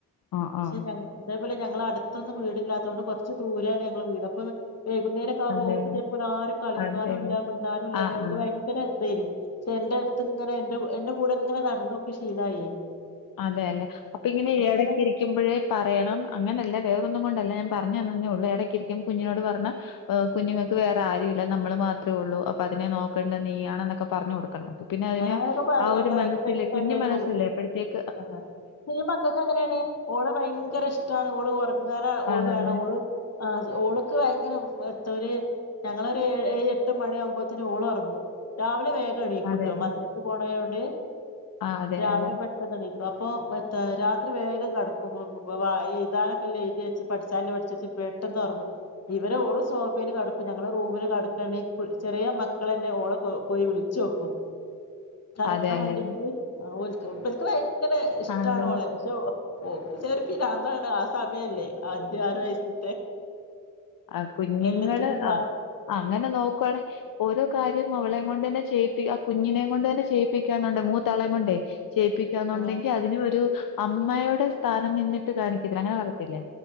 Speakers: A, on the left; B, on the left.
A: ആ
B: പക്ഷെ
A: ആ
B: ഞങ ഇതേപോലെ ഞങ്ങള അട്ത്തൊന്നും വീടില്ലാത്തോണ്ട് കൊറ്ച്ച് തൂര്യാണ് ഞങ്ങളെ വീട് അപ വൈകുന്നേരം
A: അതെല്ലേ
B: പോക്കതേ പോലെ ആരും കളിക്കാനൂല്ല
A: അതെല്ലേ
B: മിണ്ടാനൂല്ല
A: ആ
B: ഓക്ക്
A: ആ
B: ഭയങ്കര ഇതെയ്ന് പക്ഷെ ഇന്റ അടുത്ത് ഇങ്ങനെ എന്റെ എന്റെ കൂട ഇങ്ങനെ നടന്നോക്ക് ഷീലായി
A: അതേലെ അപ്പ ഇങ്ങനെ എടയ്ക്കിരി
B: പിന്നെ
A: ക്കുമ്പഴെ പറയണം അങ്ങനല്ല വേറൊന്നും കൊണ്ടല്ല ഞാൻ പറഞ്ഞന്നെ ഉള്ളു എടയ്ക്കിരിക്കുമ്പൊ കുഞ്ഞിനോട് പറ്ഞ്ഞ കുഞ്ഞുങ്ങക്ക് വേറെ ആരു ഇല്ല നമ്മള് മാത്രെ ഒള്ളു അപ്പൊ അതിനെ നോക്കണ്ട നീയാണ്ന്നൊക്ക പറ്ഞ്ഞു കൊട്ക്കണം പിന്നെ അയിന്
B: ഞാനങ്ങനൊക്കെ പറയും
A: ആഹ് ഒരു
B: അന്നെ
A: മനസ്സിലെ
B: ഭയങ്കര ഇഷ്ടല്ലേനു
A: കുഞ്ഞു മനസ്സല്ലെ അപ്പഴത്തേ --
B: ആഹ് ഈ മക്കക്ക് അങ്ങനേണ് ഓള് ഭയങ്കര ഇഷ്ടാണ് ഓള് ഒറങ്ങാന് ഓള്
A: ആണല്ലേ.
B: വേണം ഓള് ആഹ് ഓള്‌ക്ക്‌ യങ്കരം എത്തോര് ഞങ്ങളൊര് ഏഴ് എട്ട് മണിയാവുമ്പത്തിന് ഓള് ഒറങ്ങും രാവിലെ വേകം എണീ
A: അതെല്ലേ.
B: ക് പോണയോണ്ട്
A: ആഹ് അതെ
B: രാവിലെ
A: അല്ലേ.
B: പെ ണിക്കും അപ്പം മ എത്ത രാത്രി വേഗം കട്ക്കും എഴ്താനൊക്കല്ല എഴ്തി വെച്ച് പഠിച്ചാല്ല പഠിച്ച് വെച്ച് പെട്ടെന്ന് ഒർങ്ങും ഇവര് ഓള് സോഫീല് കട്ക്കും ഞങ്ങള് റൂമില് കടക്കാണെ ചെറീ മക്കളെന്നെ ഓള സോ പോയി വിളിച്ചോക്കും. കെടക്കാൻ
A: അതെ. അതെല്ലേ.
B: വേണ്ടീട്ട് ഇവൽക്ക് ഭയങ്കര ഇഷ്ടാണ്
A: ആണല്ലേ.
B: ഓളെ പക്ഷെ ഓപ്പ് ചെറ്പ്പ പിരന്താണ് ആഹ് സമയല്ലെ അഞ്ച് ആറ് വയസ്സ്
A: ആ കുഞ്ഞുങ്ങള്
B: എല്ലത്തിനു ഒര് മാ
A: ആ അങ്ങനെ നോക്കുവാണെ ഓരോ കാര്യം അവളെ കൊണ്ട് തന്നെ ചെയ്യിപ്പ ആഹ് കുഞ്ഞിനെ കൊണ്ട് തന്നെ ചെയ്യിപ്പിക്കാന്ന്ണ്ടെ മൂത്താളെം കൊണ്ടെ- ചെയ്പ്പി ന്നുണ്ടെങ്കി
B: ആഹ്
A: അതിന് ഒരു അമ്മയുടെ സ്ഥാനം നിന്നിട്ട് കാണിക്കത്തില്ലെ അങ്ങനെ പറയത്തില്ലെ